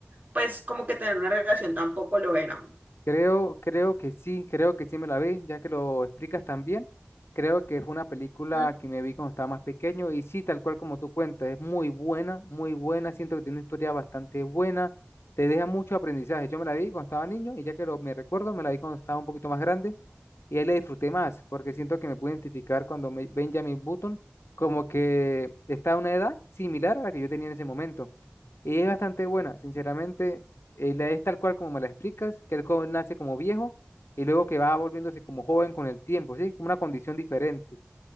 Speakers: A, on the right; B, on the left.
A: pues como que tener una relación tampoco lo era.
B: Creo, creo que sí, creo que sí me la vi, ya que lo explicas también. Creo que fue una película
A: Mm,
B: que me vi cuando estaba más pequeño y sí, tal cual como tú cuentas, es muy buena, muy buena. Siento que tiene una historia bastante buena, te deja mucho aprendizaje. Yo me la vi cuando estaba niño y ya que lo, me recuerdo, me la vi cuando estaba un poquito más grande y ahí la disfruté más, porque siento que me pude identificar cuando me- Benjamin Button como que está a una edad similar a la que yo tenía en ese momento. Y es bastante buena, sinceramente, eh, la- es tal cual como me la explicas, que el joven nace como viejo y luego que va volviéndose como joven con el tiempo, ¿sí? Como una condición diferente.